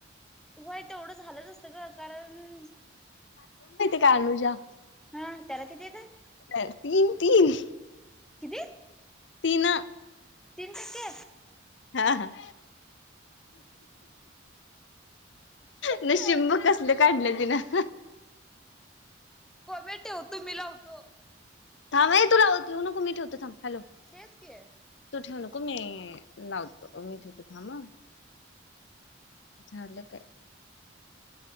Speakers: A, in the centre; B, on the left.
A: होय तेवढ झालंच असत. का कारण
B: कानू जा
A: हा त्याला किती येत
B: तीन- तीन
A: कितीे?
B: तीन
A: तीन टक्के
B: हा- हा नशीब
A: काय
B: कसले काढले. ह ना.
A: कोमे. होतो मी लावतो.
B: थांब आहे तू लावतयेऊ नको कु मी ठेवते थांब. हॅलो
A: तेच की हा.
B: तू ठेव नको मी लावतो मी ठेवतो थांब अ. झालं काय?